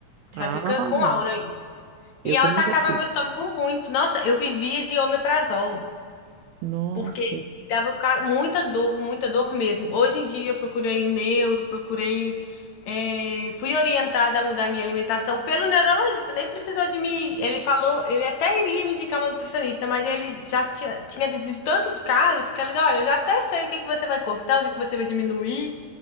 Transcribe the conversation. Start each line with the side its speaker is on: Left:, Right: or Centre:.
Left: Enxaqueca
Right: Ah,
Left: com aura ainda. E
Right: Eu
Left: ela
Right: também
Left: atacava
Right: gostei.
Left: meu estômago muito. Nossa, eu vivia de omeprazol.
Right: Nossa,
Left: Porque me dava ca- muita dor, muita dor mesmo. Hoje em dia eu procurei o neuro, procurei. eh, fui orientada a mudar minha alimentação pelo neurologista, nem precisou de me. Ele falou, ele até iria me indicar uma nutricionista, mas ele já tinha, tinha tido tantos casos que ele disse: Olha, eu já até sei o que que você vai cortar, o que que você vai diminuir.